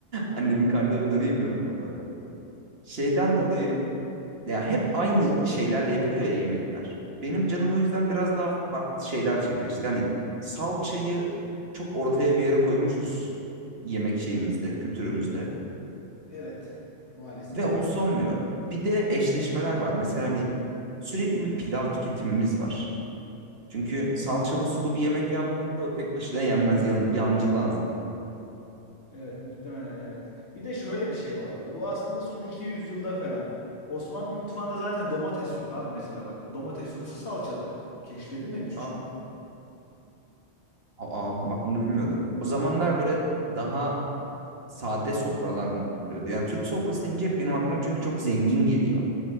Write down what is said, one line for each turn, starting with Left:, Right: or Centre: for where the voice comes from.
Right: annemin karnında bunları yemiyordum tam olarak. Şeyden dolayı ya hep aynı şeylerle yapılıyor ya yemekler. Benim canım o yüzden biraz daha farklı şeyler çekiyor. İşte hani salçayı çok ortaya bir yere koymuşuz yemek şeyimizde, kültürümüzde.
Left: Evet. Maalesef
Right: Ve onsuz olmuyor. Bir de eşleşmeler var. Mesela hani sürekli bir pilav tüketimimiz var. Çünkü salçalı sulu bir yemek yaptığında o tek başına yenmez. Yan, yancı lazım.
Left: Evet muhtemelen evet. Bir de şöyle bir şey var bak. Bu aslında son 200 yılda falan. Osmanlı mutfağında zaten domates yok abi mesela bak. Domates yoksa salça da yok. Keşfedilmemiş
Right: Aa,
Left: çünkü.
Right: aa, bak bunu bilmiyordum. O zamanlar böyle daha sade sofralar mı kuruluyordu? Yani Türk sofrası deyince hep benim aklıma çünkü çok zengin geliyor.